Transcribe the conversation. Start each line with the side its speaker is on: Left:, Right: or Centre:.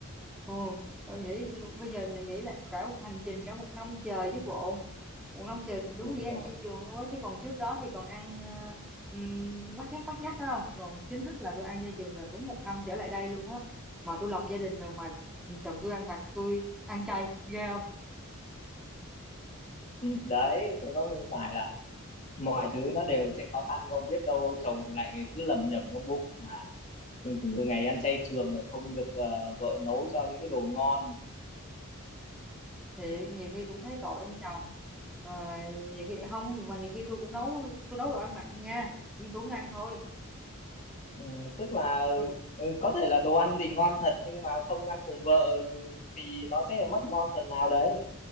Centre: Ồ, tôi nghĩ bây giờ mình nghĩ lại cả một hành trình cả một năm trời chứ bộ một năm trời đúng
Left: đúng
Centre: nghĩa ăn
Left: rồi
Centre: chay trường luôn á chứ còn trước đó thì còn ăn ờ, ừm, lắt nhắt lắt nhắt đó không còn chính thức là tôi ăn chay trường là đúng một năm trở lại đây luôn á mà tôi lập gia đình rồi mà chồng tôi ăn bạn tôi ăn chay ghê không
Left: đấy thế có phải là mọi thứ nó đều sẽ khó khăn không biết đâu chồng lại cứ lẩm nhẩm trong bụng mà từ ngày ăn chay trường lại không được ờ, vợ nấu cho những cái đồ ngon
Centre: thì nhiều khi cũng thấy tội ông chồng Ờ, nhiều khi không mà nhiều khi tôi cũng nấu tôi nấu đồ ăn mặn nha nhưng tôi không ăn thôi
Left: ừ, tức là
Centre: ừ
Left: ừ, có thể là đồ ăn thì ngon thật nhưng mà không ăn cùng vợ ừ, thì nó sẽ mất ngon phần nào đấy